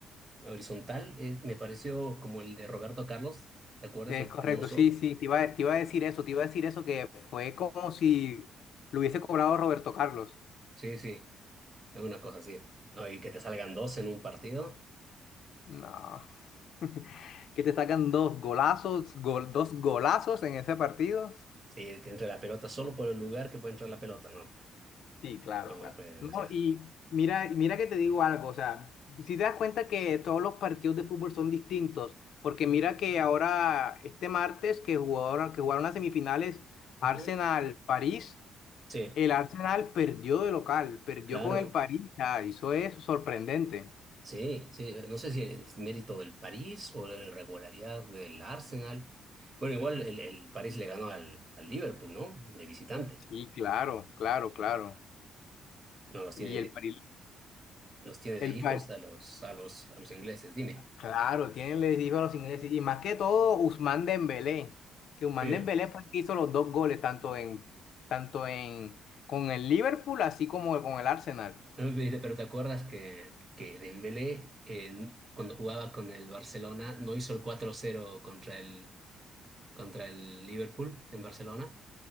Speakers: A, on the right (about 35°); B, on the left (about 70°).
A: horizontal, eh, me pareció como el de Roberto Carlos, ¿te acuerdas?
B: Es
A: El
B: correcto,
A: famoso.
B: sí, sí, te iba, te iba a decir eso, te iba a decir eso, que fue como si lo hubiese cobrado Roberto Carlos.
A: Sí, sí, es una cosa así. No, y que te salgan dos en un partido.
B: No, <laughs> que te sacan dos golazos, gol- dos golazos en ese partido.
A: Sí, que entre la pelota solo por el lugar que puede entrar la pelota, no,
B: Sí, claro,
A: no
B: claro.
A: fue demasiado.
B: No, y mira, mira que te digo algo, o sea, si te das cuenta que todos los partidos de fútbol son distintos, porque mira que ahora este martes que jugaron, que jugaron las semifinales Arsenal-París,
A: Ujú. Sí,
B: el Arsenal perdió de local, perdió
A: claro,
B: con el París, ah, eso es sorprendente.
A: sí, sí. No sé si es mérito del París o la irregularidad del Arsenal. Bueno, igual el, el París le ganó al, al Liverpool, ¿no? De visitante.
B: Sí, claro, claro, claro.
A: No los tiene
B: Y
A: de,
B: el París,
A: los tiene
B: el,
A: de hijos
B: Pa-
A: a los, a los, a los ingleses, dime.
B: Claro, tienen, les dijo a los ingleses, y más que todo Ousmane Dembélé, que Ousmane
A: Sí.
B: Dembélé fue el que hizo los dos goles, tanto en, tanto en, con el Liverpool, así como con el Arsenal.
A: No, dice, Pero ¿te acuerdas que, que Dembélé, eh, cuando jugaba con el Barcelona, no hizo el cuatro cero contra el, contra el Liverpool en Barcelona?